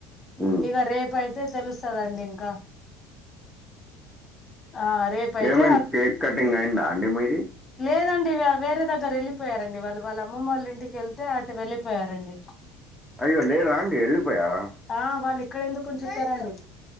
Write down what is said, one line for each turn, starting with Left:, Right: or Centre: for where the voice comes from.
Centre: ఉమ్,
Left: ఇగ రేపయితే తెలుస్తదండి ఇంకా ఆ రేపు అయితే
Centre: ఏమైంది కేక్ కటింగ్ అయిందా అండి మీది
Left: లేదండిగ వేరే దగ్గర ఎళ్ళిపోయారండి వాళ్ళు వాళ్ళమ్మమ్మోల్ళ ఇంటి కెళ్తే అటు వెళ్ళిపోయారండి
Centre: అయ్యో లేరా అండి ఎళ్ళిపోయారా
Left: ఆ వాళ్ళు ఇక్కడ ఎందుకుని చెప్పారండి